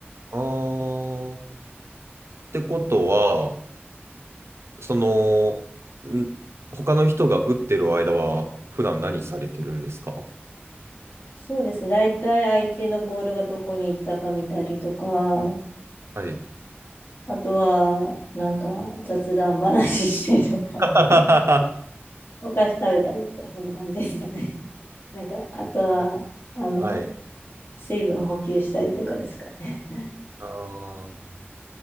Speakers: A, on the right (about 80°); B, on the left (about 55°).
A: ああ、ってことは、その、ん他の人が打ってる間は、普段何されてるんですか
B: そうですね。大体相手のボールがどこに行ったか見たりとか、
A: はい。
B: あとは、なんか雑談話してとか、
A: <laughs>
B: <laughs>
A: あ
B: お菓子食べたりとか、そんな感じですかね。なんか、あとは、
A: ー
B: あの、
A: はい。
B: 水分補給したりとかですかね。<laughs>
A: あー